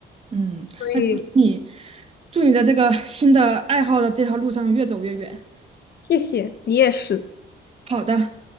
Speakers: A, on the right (about 30°); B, on the left (about 55°).
A: 嗯，
B: 所以
A: 那祝你祝你在这个新的爱好的这条路上越走越远。
B: 谢谢你也是。
A: 好的，